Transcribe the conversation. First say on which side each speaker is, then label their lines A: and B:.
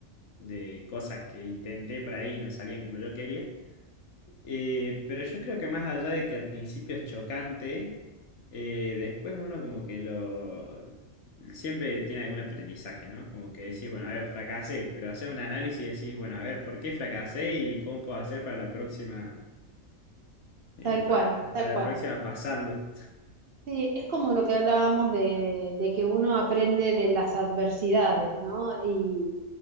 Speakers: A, on the left; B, on the right.
A: de cosas que intenté por ahí y no salían como yo quería. Eh, pero yo creo que más allá de que al principio es chocante, eh, después uno como que lo... Siempre tiene algún aprendizaje, ¿no? Como que decís, bueno, a ver, fracasé, pero haces un análisis y decís, bueno, a ver, ¿por qué fracasé y cómo puedo hacer para la próxima, eh,
B: tal
A: para,
B: cual, tal
A: para la
B: cual.
A: próxima pasarlo?
B: Sí, es como lo que hablábamos de, de- de que uno aprende de las adversidades, ¿no? Y,